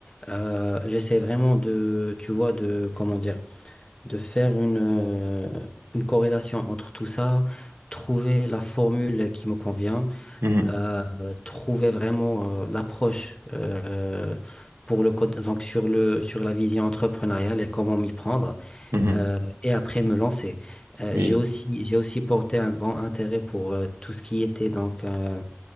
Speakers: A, on the left; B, on the right.
A: Euh, j'essaie vraiment de, tu vois, de, comment dire, de faire une, euh, une corrélation entre tout ça, trouver la formule qui me convient,
B: mhm,
A: euh, trouver vraiment euh, l'approche. euh, pour le, co- donc sur le, sur la vision entrepreneuriale et comment m'y prendre
B: mhm.
A: euh, et après me lancer. Euh,
B: Oui.
A: j'ai aussi, j'ai aussi porté un grand intérêt pour euh, tout ce qui était donc, euh,